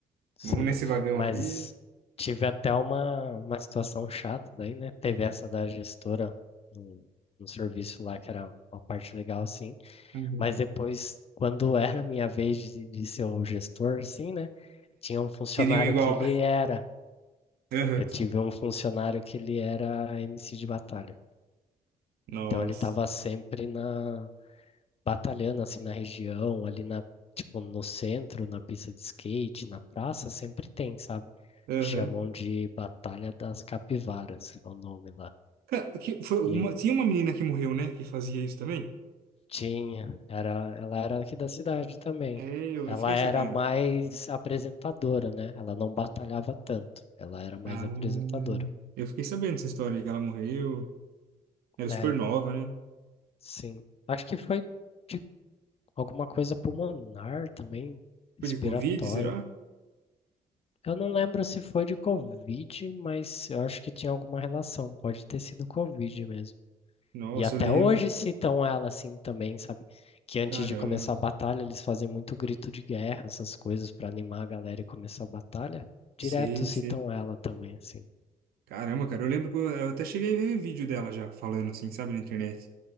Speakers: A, on the left; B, on the right.
A: Sim,
B: vamos nesse vagão
A: mas
B: aqui.
A: tive até uma, uma situação chata daí, né? Teve essa da gestora no, no serviço lá, que era uma parte legal, sim.
B: Uhum.
A: Mas depois, quando era minha vez de, de ser o gestor, sim, né? Tinha um funcionário
B: Queriam igual.
A: que ele era.
B: <laughs> Aham.
A: Eu tive um funcionário que ele era MC de batalha.
B: Nossa.
A: Então ele estava sempre na, batalhando assim na região, ali na, tipo, no centro, na pista de skate, na praça, sempre tem, sabe?
B: Aham.
A: Chamam de Batalha das Capivaras, é o nome lá.
B: Cara, que foi uma,
A: E
B: tinha uma menina que morreu, né? Que fazia isso também?
A: tinha, era, ela era aqui da cidade também.
B: É, eu,
A: Ela
B: eu fiquei
A: era
B: sabendo.
A: mais apresentadora, né? Ela não batalhava tanto. Ela era mais
B: Ah,
A: apresentadora.
B: eu fiquei sabendo dessa história aí, que ela morreu. Era
A: É,
B: super nova, né?
A: sim. Acho que foi de alguma coisa pulmonar também, respiratória.
B: Foi de Covid, será?
A: Eu não lembro se foi de Covid, mas eu acho que tinha alguma relação. Pode ter sido Covid mesmo.
B: Nossa,
A: E até
B: eu lembro.
A: hoje citam ela assim também, sabe? Que antes
B: Caramba.
A: de começar a batalha, eles fazem muito grito de guerra, essas coisas pra animar a galera e começar a batalha.
B: Sei,
A: Direto citam
B: sei.
A: ela também, assim.
B: Caramba, cara, eu lembro que eu, eu até cheguei a ver vídeo dela já, falando assim, sabe, na internet.